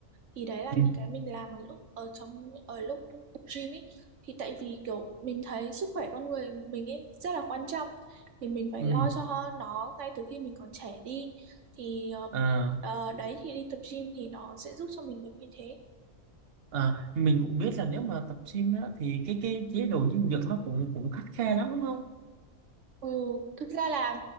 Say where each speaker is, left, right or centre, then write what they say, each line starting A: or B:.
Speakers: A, on the right (about 70°); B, on the right (about 55°).
A: Thì đấy là
B: ừ
A: những cái mình làm ở lúc ở trong ở lúc tập gym ấy. Thì tại vì kiểu mình thấy sức khỏe con người mình ấy rất là quan trọng thì mình phải
B: ừ
A: lo cho nó ngay từ khi mình còn trẻ đi. Thì ờ,
B: à,
A: ờ, đấy thì đi tập gym thì nó sẽ giúp cho mình được như thế.
B: À, mình cũng biết là nếu mà tập gym á, thì cái cái chế độ dinh dưỡng nó cũng cũng khắt khe lắm đúng không?
A: Ừ, thực ra là